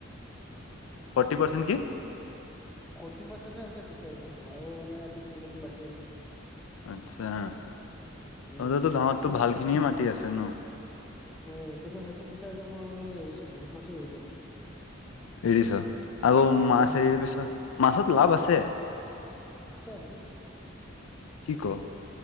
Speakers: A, on the left; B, in the centre.
A: ফৰ্টি পাৰ্চেন্ট কি?
B: ফৰ্টি পাৰ্চেন্টহে আছে ফিচাৰীটো, আৰু মানে চিক্সটি পাৰ্চেন্ট বাকী আছে।
A: আচ্ছা,
B: উম,
A: তহতো গাঁৱতো
B: কিন্তু
A: ভাল খিনি মাটি আছে ন।
B: উম, কিন্তু সেইটো ফিচাৰী মই মানে আহিছো বহুত মাছে এৰিলোঁ।
A: এৰিছ, আৰু মাছ
B: উম,
A: এৰি পিছত মাছত লাভ আছে।
B: আছে বহুত আছে।
A: কি ক,